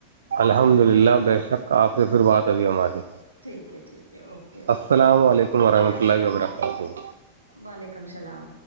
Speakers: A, on the right; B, on the right.
A: الحمد للہ بے شک آپ سے پھر بات تبھی ہماری
B: ٹھیک ہے ٹھیک ہے اوکے
A: السلام علیکم ورحمۃ
B: السلام
A: اللہ وبرکاتہ
B: علیکم وعلیکم السلام